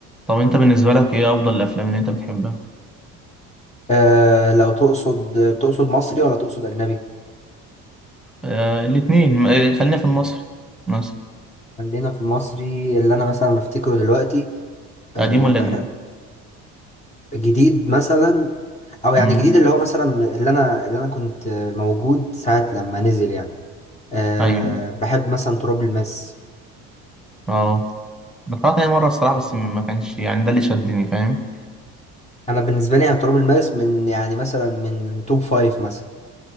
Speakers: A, in the centre; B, on the left.
A: طب انت بالنسبة لك ايه افضل الافلام اللي انت بتحبها
B: آه لو تقصد تقصد مصري ولا تقصد أجنبي؟
A: آه الاتنين م- آه، خلينا في المصري مثلا
B: خلينا في المصري اللي أنا مثلا أفتكره دلوقتي آه
A: قديم ولا
B: بح...
A: جديد
B: جديد مثلا أو يعني
A: امم
B: جديد اللي هو مثلا اللي أنا اللي أنا كنت موجود ساعة لما نزل يعني آه
A: ايوه
B: بحب مثلا تراب الماس
A: اه أنا اتفرجت عليه مرة الصراحة بس ما كانش يعني ده اللي شدني فاهم
B: أنا بالنسبة لي يعني تراب الماس من يعني مثلا من توب فايف مثلا